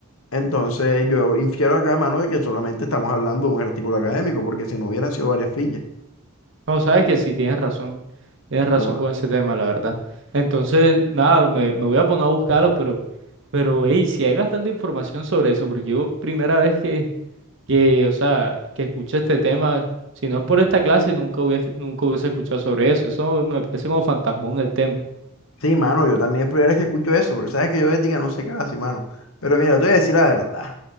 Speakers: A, on the left; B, on the right.
A: Entonces yo infiero acá, mano, de que solamente estamos hablando de un artículo académico, porque si no hubieran sido varias fichas.
B: No, sabes que sí, tienes razón. Tienes razón
A: ¿lo <laughs> mano.
B: con ese tema, la verdad. Entonces, nada, me, me voy a poner a buscarlos, pero, pero, hey, sí hay bastante información sobre eso, porque yo primera vez que, que, o sea, que escuché este tema, si no es por esta clase, nunca hubiese, nunca hubiese escuchado sobre eso. Eso me parece como fantasmón el tema.
A: Sí, mano, yo también es primera vez que escucho eso, porque sabes que yo de ética no sé casi, mano. Pero mira, te voy a decir la verdad.